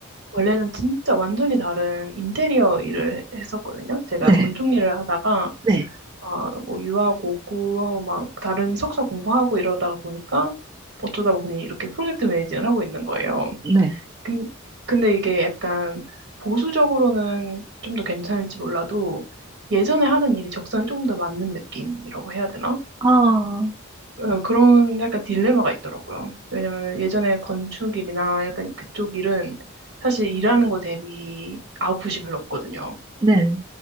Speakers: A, on the right; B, on the right.
A: 원래는 진짜 완전히 다른 인테리어 일을 했었거든요. 제가
B: 네.
A: 건축 일을 하다가,
B: 네.
A: 아, 뭐 유학 오고 어, 막 다른 석사 공부하고 이러다 보니까 어쩌다 보니 이렇게 프로젝트 매니징을 하고 있는 거예요.
B: 네.
A: 근, 근데 이게 약간 보수적으로는 좀 더 괜찮을지 몰라도 예전에 하던 일이 적성에 조금 더 맞는 느낌이라고 해야 되나?
B: 아,
A: 어, 그런 약간 딜레마가 있더라고요. 왜냐면 예전에 건축 일이나 약간 그쪽 일은 사실 일하는 거 대비 아웃풋이 별로 없거든요.
B: 네.